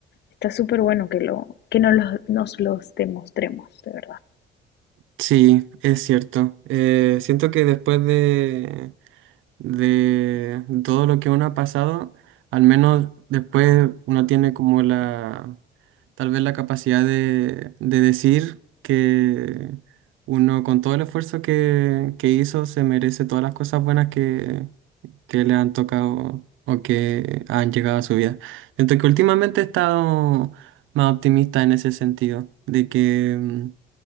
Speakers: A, on the left; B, on the right.
A: Está súper bueno que, lo, que nos, los, nos los demostremos, de verdad.
B: Sí, es cierto. Eh, siento que después de, de todo lo que uno ha pasado, al menos después uno tiene como la, tal vez la capacidad de, de decir que uno con todo el esfuerzo que, que hizo se merece todas las cosas buenas que, que le han tocado o que han llegado a su vida. Siento que últimamente he estado más optimista en ese sentido, de que... mm,